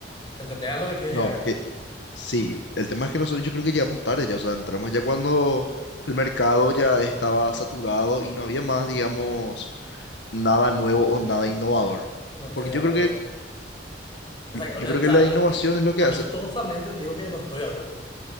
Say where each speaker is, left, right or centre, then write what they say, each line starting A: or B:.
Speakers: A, on the left; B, on the left.
A: ¿Entendés a lo que quiero
B: No,
A: llegar?
B: que sí, el tema es que nosotros yo creo que llegamos tarde ya, o sea, entramos ya cuando el mercado ya estaba saturado y no había más, digamos, nada nuevo o nada innovador.
A: No estoy
B: Porque
A: de
B: yo
A: acuerdo.
B: creo que,
A: O sea, que-
B: yo
A: o
B: creo
A: sea,
B: que la
A: te-
B: innovación es lo que
A: amistosamente
B: hace.
A: te digo que no estoy de acuerdo. O